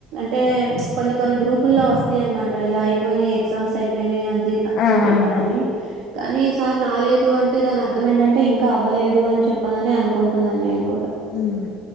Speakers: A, on the right; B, on the left.
A: టే కొన్ని కొన్ని గ్రూపుల్లో వస్తాయి అనమాట ఇలా అయిపోయి ఎగ్జామ్స్ అయిపోయినాయ్ అంజి
B: ఆ
A: అని చెప్
B: ఆ
A: పననే
B: ఆ
A: కానీఈ సార్ రాలేదు అంటే దాని అర్థం ఏంటంటే ఇంకా అవ్వలేదు అని చెప్పానని అనుకుంటున్నాను నేను కూడా
B: ఉమ్